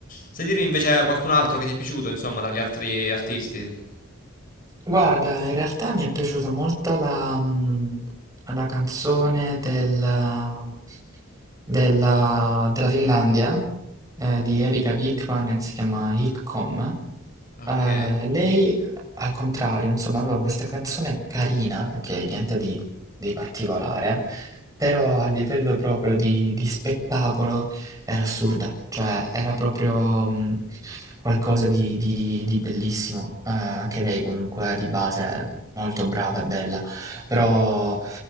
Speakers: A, on the left; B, on the right.
A: sai dirmi invece qualcun altro che ti è piaciuto, insomma, dagli altri artisti?
B: Guarda, in realtà mi è piaciuta molto la, mm, la canzone del, mm, della, della Finlandia eh, di Erika Wickman che si chiama Hickcom.
A: Ok,
B: Eh, lei, al contrario, insomma, aveva questa canzone carina, ok, niente di, di particolare, però a livello proprio di, di spettacolo Era assurda, cioè era proprio, mhmm, qualcosa di di di di bellissimo. Ehm, anche lei comunque eh, di base è molto brava e bella, però,